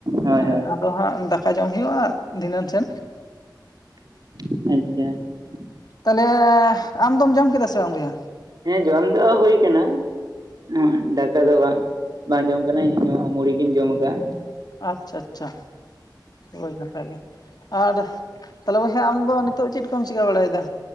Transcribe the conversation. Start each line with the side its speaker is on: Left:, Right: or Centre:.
Right: ᱦᱳᱭ
Left: ᱦᱮᱸ
Right: ᱦᱳᱭ
Left: ᱟᱫᱚ ᱦᱟᱸᱜ ᱫᱟᱠᱟ ᱡᱚᱢ ᱦᱩᱭᱩᱜᱼᱟ ᱫᱷᱤᱱᱟᱹᱱ ᱥᱮᱱ
Right: <unintelligible>
Left: ᱛᱟᱦᱞᱮ ᱟᱢ ᱫᱚᱢ ᱡᱚᱢ ᱠᱮᱫᱟ ᱥᱮ ᱵᱟᱝ ᱵᱚᱭᱦᱟ
Right: ᱦᱮᱸ ᱡᱚᱢ ᱫᱚ ᱦᱩᱭ ᱠᱟᱱᱟ ᱩ ᱫᱟᱠᱟ ᱫᱚ ᱵᱟᱝ ᱵᱟᱝ ᱡᱚᱢ ᱠᱟᱱᱟ ᱤᱧ ᱢᱩᱲᱤ ᱜᱤᱧ ᱡᱚᱢ ᱠᱟᱜ-ᱟ
Left: ᱟᱪᱪᱷᱟ ᱟᱪᱪᱷᱟ ᱦᱳᱭ ᱱᱟᱯᱟᱭ ᱜᱮ ᱟᱨ ᱛᱟᱦᱞᱮ ᱵᱚᱭᱦᱟ ᱟᱢᱫᱚ ᱱᱤᱛᱚᱜ ᱪᱮᱫ ᱠᱚᱢ ᱪᱤᱠᱟᱹ ᱵᱟᱲᱟᱭ ᱫᱟ